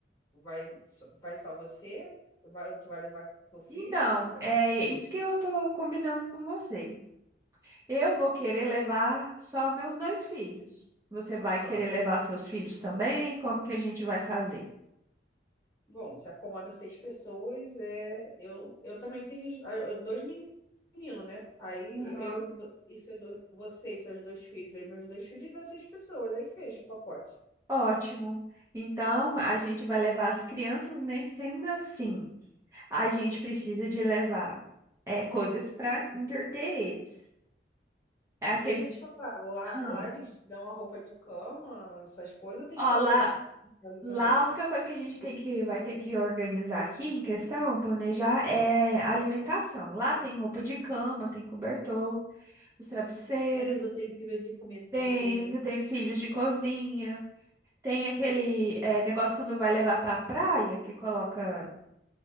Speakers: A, on the left; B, on the right.
A: vai, só- vai só você? Vai, tu vai levar teu filho?
B: Então,
A: Como é que vai
B: é
A: ser?
B: isso que eu tô combinando com você. Eu vou querer levar só meus dois filhos. Você vai
A: Aham.
B: querer levar seus filhos também? Como que a gente vai fazer?
A: Bom, se acomoda seis pessoas, é, eu, eu também tenho ah, eu- dois meninos, né? Aí
B: Aham.
A: eu, eu e vo- e seu do- você e seus dois filhos, aí meus dois filhos dá seis pessoas, aí fecha o pacote.
B: Ótimo. Então, a gente vai levar as crianças, né? Sendo assim, a gente precisa de levar é, coisas para entreter eles. É aquele.
A: Deixa eu te falar, lá,
B: Ah,
A: lá eles dão a roupa de cama, essas coisas tem
B: Ó,
A: que levar
B: lá,
A: daqui de casa
B: lá
A: também.
B: a única coisa que a gente tem que vai ter que organizar aqui em questão, planejar, é a alimentação. Lá tem roupa de cama, tem cobertor, os travesseiros.
A: Tem os utensílios de comida,
B: Tem
A: de cozinha.
B: os utensílios de cozinha, tem aquele eh, negócio quando vai levar para a praia, que coloca